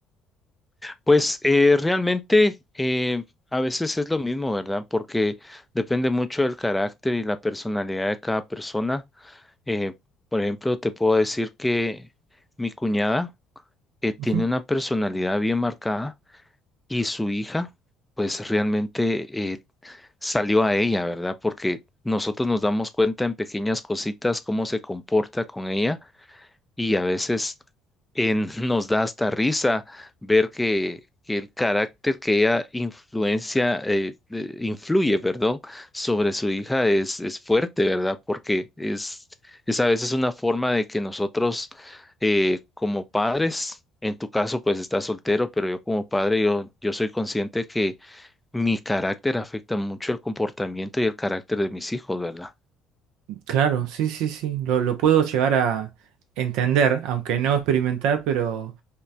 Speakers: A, in the centre; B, on the right (about 65°).
A: Pues eh, realmente eh, a veces es lo mismo, ¿verdad? Porque depende mucho del carácter y la personalidad de cada persona. Eh, por ejemplo, te puedo decir que mi cuñada, eh, tiene
B: Ujú.
A: una personalidad bien marcada y su hija, pues realmente eh, salió a ella, ¿verdad? Porque nosotros nos damos cuenta en pequeñas cositas cómo se comporta con ella y a veces en- <laughs> nos da hasta risa ver que, que el carácter que ella influencia, eh, de- influye, perdón, sobre su hija es, es fuerte, ¿verdad? Porque es, es a veces una forma de que nosotros eh, como padres, en tu caso pues estás soltero, pero yo como padre, yo, yo soy consciente que mi carácter afecta mucho el comportamiento y el carácter de mis hijos, ¿verdad?
B: Claro, sí, sí, sí. Lo, lo puedo llegar a entender, aunque no experimentar, pero,